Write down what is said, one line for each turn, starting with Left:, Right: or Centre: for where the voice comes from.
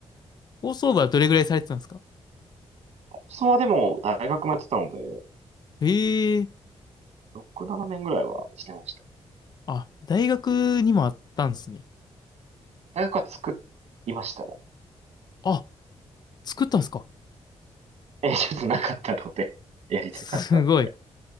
Left: 放送部はどれぐらいされてたんですか
Right: それはでも、大学もやってたので、
Left: ええ
Right: 6、7年ぐらいはしてました。
Left: あ、大学にもあったんですね。
Right: 大学は作りましたね。
Left: あ、作ったんですか
Right: <laughs> え、ちょっとなかったので、<laughs> やりたかったので。
Left: すごい。